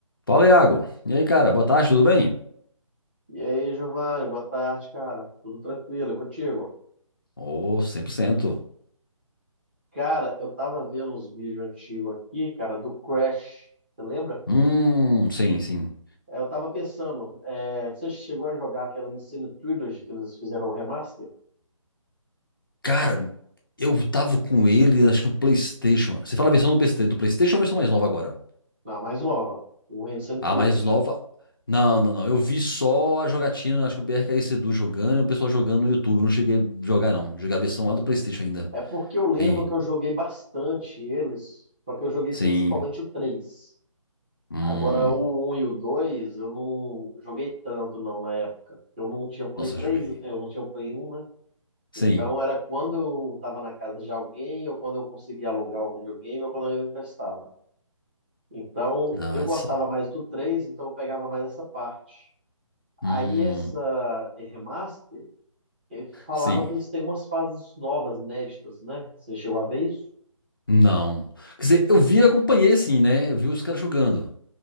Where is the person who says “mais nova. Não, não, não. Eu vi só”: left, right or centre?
Left